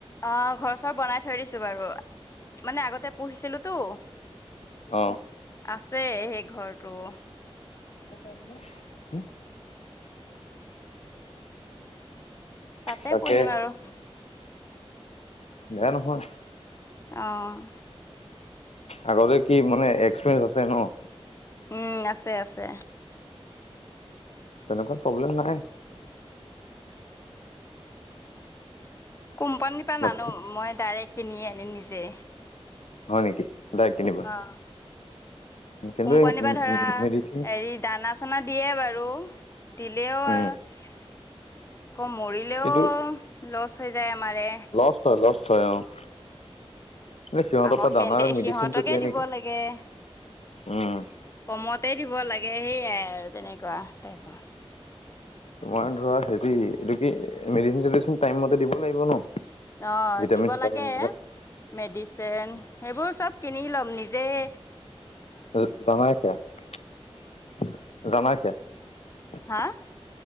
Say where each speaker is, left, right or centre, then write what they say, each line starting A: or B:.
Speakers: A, on the left (about 25°); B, on the left (about 80°).
A: অ' ঘৰ চৰ বনাই থৈ দিছোঁ বাৰু, মানে আগতে পুহিছিলোঁতো।
B: অ
A: আছে সেই ঘৰটো।
B: <unintelligible>
A: তাতে
B: তাকে,
A: পুহিম আৰু
B: বেয়া নহয়।
A: অ'।
B: আগতে কি মানে এক্সপিৰিয়েঞ্চ আছে ন'?
A: উম, আছে আছে।
B: তেনেকুৱাত প্ৰব্লেম নাই।
A: কোম্পানীৰ পৰা নানো,
B: বাকী
A: মই ডাইৰেক্ট কিনি আনিম নিজে।
B: হয় নেকি? ডাইৰেক্ট কিনিবা
A: অ'
B: কিন্তু
A: কোম্পানীপা
B: এই
A: ধৰা
B: মেডিচিন
A: হেৰী দানা চানা দিয়ে বাৰু! দিলেও
B: উম।
A: আৰু আকৌ মৰিলেও
B: কিন্তু
A: লচ হৈ যায় আমাৰে।
B: লচ হয়, লষ্ট হয় অ'। এ সিহঁতৰ
A: আকৌ
B: পৰা
A: সেহতে
B: দানা আৰু মেডিচিনটো
A: সিহঁতকে
B: দিয়ে
A: দিব
B: নেকি?
A: লাগে
B: উম।
A: কমতে দিব লাগে, সেইয়াই আৰু তেনেকুৱা টাইপৰ।
B: তোমাৰ ধৰা হেৰি এইটো কি মেডিচিন-চেডিচিন টাইম মতে দিব লাগিব ন?
A: অ'
B: ভিটামিন
A: দিব
B: চিটামিন
A: লাগে।
B: বিলাক
A: মেডিচেন সেইবোৰ চব কিনি ল'ম নিজেই।
B: <unintelligible>
A: হা'?